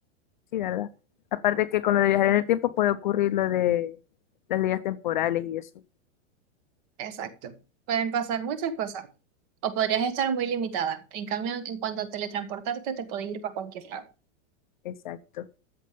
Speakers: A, on the left; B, on the right.
A: Sí, ¿verdad? Aparte que con lo de viajar en el tiempo puede ocurrir lo de las líneas temporales y eso.
B: exacto. Pueden pasar muchas cosas. O podrías estar muy limitada. En cambio, en cuanto a teletransportarte, te podés ir para cualquier lado.
A: Exacto.